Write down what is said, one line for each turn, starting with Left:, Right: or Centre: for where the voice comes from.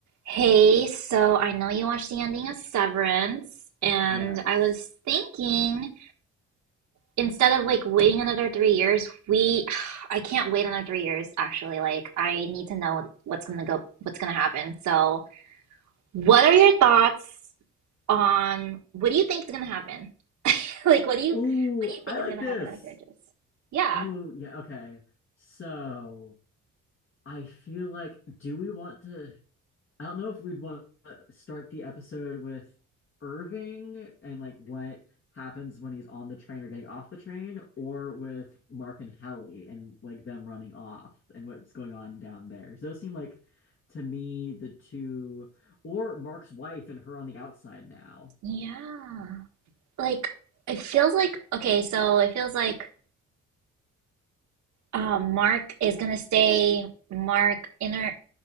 Right: Hey, so I know you watched the ending of Severance, and
Left: Yes.
Right: I was thinking instead of like waiting another three years, we <sighs> I can't wait another three years actually. Like I need to know what's gonna go, what's gonna happen. So, what are your thoughts on what do you think is gonna happen? <laughs> Like, what do you what
Left: Ooh,
Right: do you think
Left: I like
Right: is gonna
Left: this.
Right: happen on the characters? Yeah,
Left: Oh, yeah, okay. So, I feel like, do we want to? I don't know if we'd want to start the episode with Irving and like what happens when he's on the train or getting off the train, or with Mark and Hallie and like them running off and what's going on down there. 'Cause those seem like, to me, the two, or Mark's wife and her on the outside now.
Right: yeah. Like it feels like okay, so it feels like um, Mark is gonna stay Mark inner